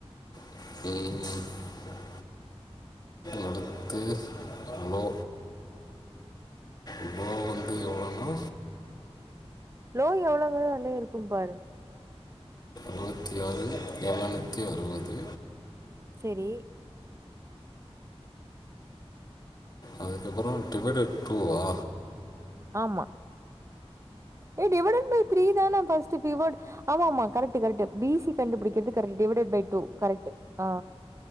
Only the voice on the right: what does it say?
லோவ் எவ்ளோ அளவு அதுலியே இருக்கும் பாரு
செரி
ஆமா ஏ டிவைடட் பை த்ரீ தான ஃபஸ்ட்டு <unintelligible> ஆமா மா கரெக்டு கரெக்டு பிசி கண்டுபிடிக்கிற்து correct divided by two correct ஆ